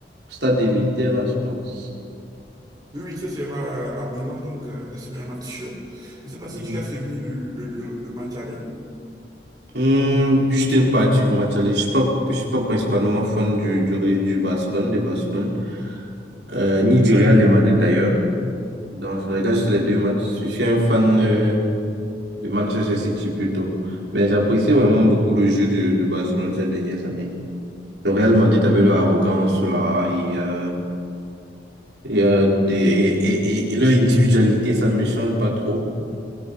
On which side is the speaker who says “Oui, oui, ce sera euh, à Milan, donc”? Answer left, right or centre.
Right